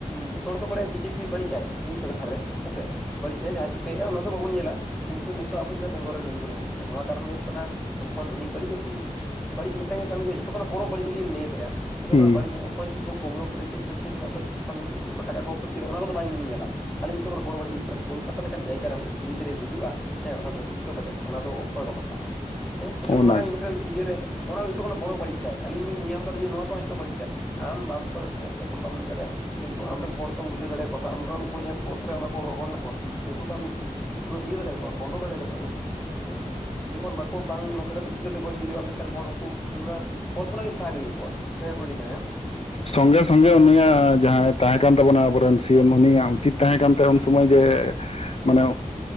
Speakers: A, in the centre; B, on the left.
A: ᱡᱷᱚᱛᱚ ᱦᱚᱲ ᱠᱚ ᱵᱟᱲᱟᱭᱟ ᱵᱤᱡᱮᱯᱤ ᱵᱟᱹᱲᱤᱡ ᱟᱭ ᱢᱤᱫ ᱵᱟᱨ ᱠᱟᱛᱷᱟ ᱨᱮ ᱾ ᱦᱮᱸ ᱥᱮ ᱵᱟᱹᱲᱤᱡ ᱟᱭ ᱡᱟᱦᱟ ᱪᱤᱠᱟᱹ ᱼᱼ ᱭᱮᱫᱟ ᱚᱱᱟ ᱫᱚ ᱵᱟᱵᱚᱱ ᱧᱮᱞᱟ ᱠᱤᱱᱛᱩ ᱱᱤᱛᱚᱜ ᱟᱵᱚ ᱪᱮᱫᱟᱜ ᱵᱮᱝᱜᱚᱞ ᱨᱮ ᱱᱩᱭ ᱵᱚᱱ ᱟᱹᱜᱩ ᱠᱮᱫᱮᱭᱟ ᱱᱚᱣᱟ ᱠᱟᱨᱚᱱ ᱦᱩᱭᱩᱜ ᱠᱟᱱᱟ ᱼᱼ ᱛᱚᱠᱷᱚᱱ ᱩᱱᱤ ᱵᱟᱹᱲᱤᱡ ᱮ ᱠᱟᱹᱢᱤ ᱟᱠᱟᱜᱼᱟ ᱵᱟᱹᱲᱤᱡ ᱢᱤᱫᱴᱮᱱ ᱜᱮᱭ ᱠᱟᱹᱢᱤᱭ ᱠᱟᱜᱼᱟ ᱡᱚᱛᱚ ᱠᱷᱚᱱᱟᱜ ᱵᱚᱲᱚ ᱵᱟᱹᱲᱤᱡ ᱞᱤᱧ ᱞᱟᱹᱭ ᱟ ᱛᱟᱭᱟ ᱡᱚᱛᱚᱱᱟᱜ
B: ᱦᱩᱸ
A: ᱵᱟᱹᱲᱤᱡ
B: ᱦᱩᱸ
A: ᱼᱼ ᱚᱠᱚᱭ ᱪᱮᱫ ᱠᱚ ᱠᱩᱢᱲᱩ ᱠᱮᱫᱟ, ᱪᱮᱫ ᱠᱚ ᱪᱤᱠᱟᱹ ᱠᱮᱫᱟ, ᱚᱠᱚᱭ ᱥᱤᱠᱷᱟ ᱢᱚᱱᱛᱨᱤ ᱪᱮᱫ ᱠᱚ ᱴᱟᱠᱟ ᱠᱚ ᱛᱩᱫ ᱠᱮᱫᱟ ᱚᱱᱟ ᱠᱚᱫᱚ ᱵᱟᱝ ᱞᱤᱧ ᱧᱮᱞᱟ ᱾ ᱟᱞᱤᱧ ᱡᱚᱛᱚ ᱠᱷᱚᱱᱟᱜ ᱵᱚᱲᱚ ᱵᱟᱹᱲᱤᱡ ᱦᱩᱭᱩᱜ ᱠᱟᱱᱟ ᱠᱳᱞᱠᱟᱛᱟ ᱞᱮᱠᱟᱱ ᱡᱟᱭᱜᱟ ᱨᱮ ᱢᱤᱫᱴᱮᱱ ᱠᱩᱲᱤ ᱜᱤᱫᱽᱨᱟᱹᱭ ᱜᱩᱡᱩᱜᱼᱟ ᱼᱼ ᱦᱮᱸ ᱚᱱᱟ ᱫᱷᱚᱨᱥᱤᱛᱚ ᱠᱟᱛᱮᱫ ᱚᱱᱟ ᱫᱚ ᱚᱠᱚᱭ ᱵᱟᱠᱚ ᱥᱟᱦᱟᱣᱟ ᱾ ᱦᱮᱸ ᱢᱤᱫᱴᱮᱱ
B: ᱚᱱᱟᱜᱮ
A: ᱢᱟᱨᱟᱝ ᱢᱤᱫᱴᱮᱱ ᱤᱭᱟᱹ ᱨᱮ ᱚᱱᱟ ᱠᱚ ᱡᱷᱚᱛᱚ ᱠᱷᱚᱱᱟᱜ ᱵᱚᱲᱚ ᱵᱟᱹᱲᱤᱡ ᱛᱟᱭ ᱾ ᱟᱞᱤᱧ ᱞᱤᱧ ᱧᱮᱞ ᱧᱟᱢ ᱠᱟᱫᱟ ᱡᱮ ᱱᱚᱣᱟ ᱠᱚ ᱦᱚᱸ ᱡᱚᱛᱚ ᱵᱟᱹᱲᱤᱡ ᱛᱟᱭ ᱾ ᱟᱢ ᱵᱟᱢ ᱦᱟᱛᱟᱣ ᱫᱟᱲᱮᱭᱟᱜ ᱠᱟᱱᱟ ᱮᱠᱥᱮᱱ ᱟᱢ ᱵᱟᱢ ᱢᱮᱱ ᱫᱟᱲᱮᱭᱟᱜᱼᱟ ᱾ ᱠᱤᱱᱛᱩ ᱟᱢ ᱨᱮᱱ ᱦᱚᱲ ᱛᱚᱢ ᱵᱩᱡᱷᱟᱹᱣ ᱫᱟᱲᱮᱭᱟᱠᱚᱣᱟ ᱥᱮ ᱟᱢ ᱨᱮᱱ ᱩᱱᱠᱩ ᱡᱟᱦᱟᱸᱭ ᱯᱚᱫᱽ ᱨᱮ ᱠᱚ ᱦᱚᱲ ᱢᱮᱱᱟᱜ ᱠᱚᱣᱟ ᱩᱱᱠᱩ ᱛᱚ ᱼᱼ ᱯᱩᱨᱟᱹ ᱤᱭᱟᱹ ᱫᱟᱲᱮᱭᱟᱠᱚᱣᱟ ᱵᱚᱱᱫᱚ ᱫᱟᱲᱮᱭᱟᱜ ᱛᱟᱠᱚᱣᱟ ᱤᱭᱟᱹ ᱦᱮᱸ ᱡᱚᱠᱷᱚᱱ ᱼᱼ ᱠᱚ ᱵᱟᱝ ᱼᱼ ᱚᱱᱠᱟ ᱠᱟᱛᱮ ᱪᱤᱠᱟᱹᱛᱮ ᱜᱚᱡ ᱦᱩᱭᱩᱜᱼᱟ ᱢᱤᱫᱴᱟᱝ ᱦᱚᱲ ᱩᱱᱠᱩ ᱯᱚᱫᱽ ᱠᱷᱚᱱᱟᱜ ᱤᱧ ᱥᱟᱦᱟ ᱜᱤᱰᱤ ᱠᱟᱠᱚᱣᱟ ᱜᱚᱡᱮ ᱠᱟᱱᱟ ᱼᱼ
B: ᱥᱚᱸᱜᱮ ᱥᱚᱸᱜᱮ ᱩᱱᱤᱭᱟᱜ ᱡᱟᱦᱟᱸᱭ ᱛᱟᱦᱮᱸ ᱠᱟᱱ ᱛᱟᱵᱚᱱᱟ ᱟᱵᱚᱨᱮᱱ ᱥᱤ ᱮᱢ ᱩᱱᱤᱭᱟᱜ ᱩᱪᱤᱛ ᱼᱼ ᱛᱟᱦᱮᱸ ᱠᱟᱱ ᱛᱟᱭᱟ
A: ᱦᱩᱸ
B: ᱩᱱ ᱥᱚᱢᱚᱭ ᱡᱮ ᱢᱟᱱᱮᱼᱼ